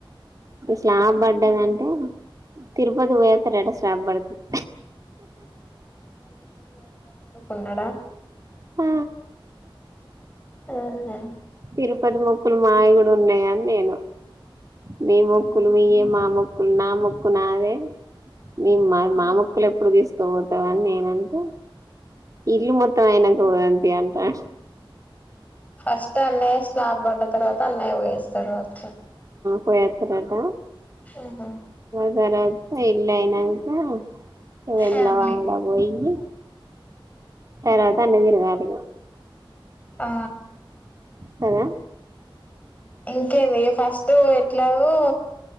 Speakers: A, on the right; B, on the left.
A: స్లాప్ పడ్డదంటే తిరుపతి పోయస్తడట స్లాప్ పడుతే <inaudible>
B: ఉన్నాడా
A: ఆ
B: ఆహా
A: తిరుపతి మొక్కులు మాయగుడు ఉన్నాయని నేను మీ మొక్కులు మీయే మా మొక్కులు నా మొక్కు నాదే మ మా మా మొక్కలు ఎప్పుడు తీసుకోపోతావాని నేనంటే ఇల్ మొత్తం అయినాక పోదాం తి అని అంట
B: ఫస్ట్ అన్నయ్య స్లాబ్ పడ్డ తర్వాత అన్నయ్య పోయస్తాడు కావచ్చు
A: పోయతడట
B: ఉహు
A: తర్వాత ఇల్లు అయినాక వేముల
B: ఫ్యామిలీ
A: వాడ పోయి తర్వాత అన్ని తిరుగాలి ఇక
B: ఆ
A: కదా
B: ఇంకేంది ఈ ఫస్ట్ ఎట్లాగో